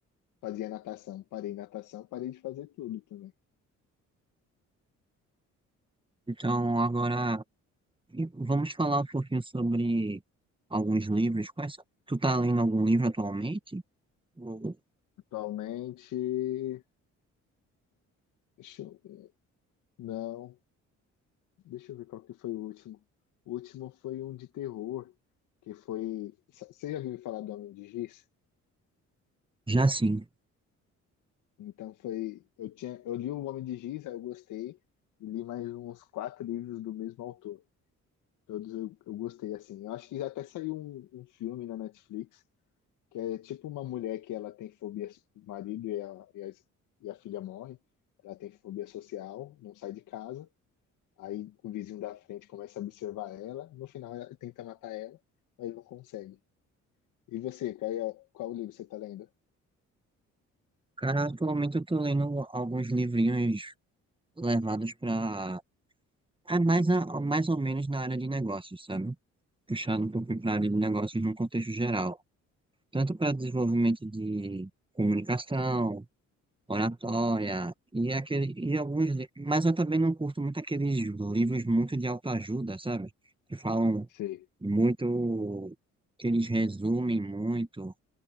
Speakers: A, on the left; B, on the right.
A: fazia natação, parei natação, parei de fazer tudo também.
B: Então, agora E vamos falar um pouquinho sobre alguns livros. Quais são? Tu tá lendo algum livro atualmente? Ou-
A: Atualmente, deixa eu, não. Deixa eu ver qual que foi o último. O último foi um de terror, que foi. Você já ouviu falar do Homem de Giz?
B: Já sim.
A: Então foi. Eu tinha, eu li o Homem de Giz, aí eu gostei, e li mais uns quatro livros do mesmo autor. Todos eu, eu gostei, assim. Eu acho que já até saiu um, um filme na Netflix, que é tipo uma mulher que ela tem fobia, o marido e a, e a, e a filha morre, ela tem fobia social, não sai de casa. Aí o vizinho da frente começa a observar ela, no final ela tenta matar ela, mas não consegue. E você, qual, é- qual livro você tá lendo?
B: Cara, atualmente eu tô lendo alguns livrinhos levados pra. É mais, a- mais ou menos na área de negócios, sabe? Puxado um pouco pra área de negócios num contexto geral. Tanto para desenvolvimento de comunicação, oratória,
A: Uhum.
B: e, aquele, e alguns. li- Mas eu também não curto muito aqueles livros muito de autoajuda, sabe? Que falam.
A: Sei,
B: muito que eles resumem muito,